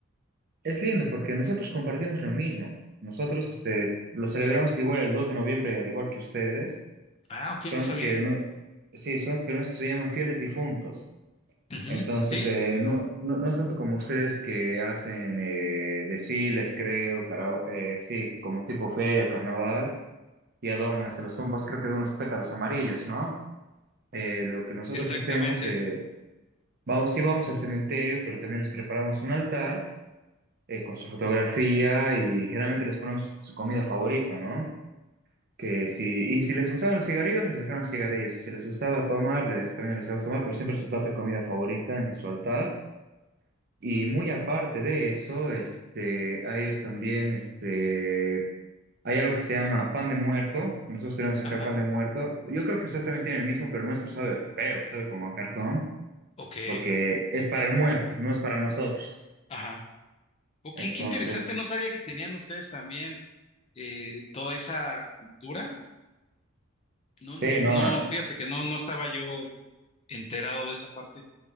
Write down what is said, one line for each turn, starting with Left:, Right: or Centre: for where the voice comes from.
Right: Es lindo porque nosotros compartimos lo mismo. Nosotros este, lo celebramos igual el 2 de noviembre, al igual que ustedes,
Left: Ah, ok,
Right: solamente
Left: no sabía.
Right: que, el nue- sí, solamente que el nuestro se llama Fieles Difuntos.
Left: Ujú,
Right: Entonces,
Left: Sí,
Right: eh, no, no, no es tanto como ustedes que hacen eh, desfiles, creo, cara- eh, sí, como tipo feria, carnaval, y adornan hasta las tumbas, creo que de unos pétalos amarillos, ¿no? Eh, lo que nosotros
Left: exactamente.
Right: hacemos, eh, vamos, sí vamos al cementerio, pero también les preparamos un altar eh, con su fotografía y generalmente les ponemos su comida favorita, ¿no? Que si, y si les gustaban los cigarrillos, les dejaban cigarrillos, y si les gustaba tomar, les, también les dejaban tomar, pero siempre su plato de comida favorita en su altar. Y muy aparte de eso, este, a ellos también, este, hay algo que se llama pan de muerto. Nosotros tenemos acá
Left: Ajá.
Right: pan de muerto. Yo creo que ustedes también tienen el mismo, pero el nuestro sabe feo, sabe como a cartón,
Left: Ok.
Right: porque es para el muerto, no es para nosotros.
Left: Ajá. Ok,
Right: Entonces,
Left: qué interesante. No sabía que tenían ustedes también eh, toda esa cultura. No, no,
Right: sí, no,
Left: no, fíjate que no, no estaba yo enterado de esa parte.